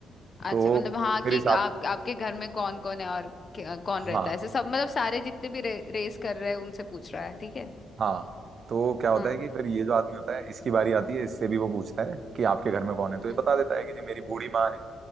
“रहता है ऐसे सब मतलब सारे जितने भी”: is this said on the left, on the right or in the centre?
Left